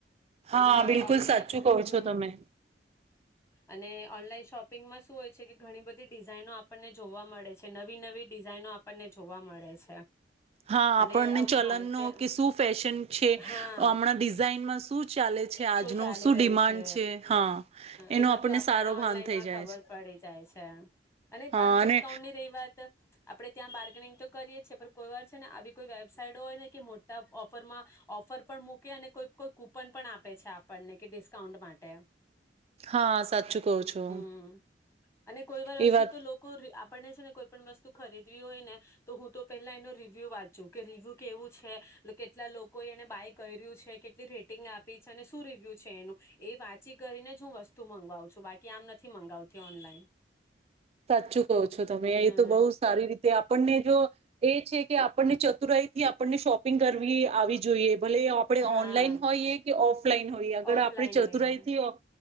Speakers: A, on the left; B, on the right.
A: અને
B: હા બિલકુલ
A: ઓનલાઈન
B: સાચું કહો
A: હમ
B: છો છો તમે
A: અને ઓનલાઈન શોપિંગમાં શું હોય છે કે ઘણી બધી ડિઝાઇનો આપણને જોવા મળે છે નવી નવી ડિઝાઇનો આપણને જોવા મળે છે
B: હા, આપણને
A: અને અમ
B: ચલનનો
A: હા જે
B: કે શું ફેશન છે
A: હા
B: હમણાં ડિઝાઇનમાં શું ચાલે છે આજનો
A: શું ચાલી રહ્યું
B: ડિમાન્ડ
A: છે
B: હા એનો
A: એ બધું આપણને
B: સારો ભાન
A: ઓનલાઈનમાં
B: થઈ જાય
A: ખબર
B: છે
A: પડી જાય છે અને
B: હા
A: ડિસ્કાઉન્ટની
B: અને
A: રહી વાત આપણે ત્યાં બાર્ગેનિંગ તો કરીએ પણ કોઈ વાર છે ને આવી કોઈ વેબસાઈટ હોય ને કે મોટા ઓફરમાં ઓફર પણ મૂકે અને કોઈ કોઈ કુપન પણ આપે આપે છે આપણને કે ડિસ્કાઉન્ટ માટે
B: હા સાચું કહો છો
A: હમ, અને કોઈ વાર વસ્તુ
B: એ વાત
A: તો લોકો આપને છે ને કોઈ પણ વસ્તુ ખરીદવી હોય ને તો હું તો પેલા એનો રિવ્યુ વાંચુ કે રિવ્યુ કેવું છે કેટલા લોકો એને બાય કર્યું છે કેટલી રેટિંગ આપે શું રિવ્યુ છે એનું એ વાંચી કરીને જ હું વસ્તુ મંગાવું છું બાકી આમ નથી મંગાવતી ઓનલાઈન
B: સાચું કહો છો તમે
A: હમ
B: એ તો બહુ સારી રીતે આપણને જો એ છે કે આપણને ચતુરાઈ થી આપણને શોપિંગ કરવી આવી જોઈએ ભલે આપણે
A: હા
B: ઓનલાઈન હોઈએ કે ઓફલાઈન હોઈએ અગર
A: ઓફલાઈન
B: આપણે ચતુરાઈથી
A: હોય એ.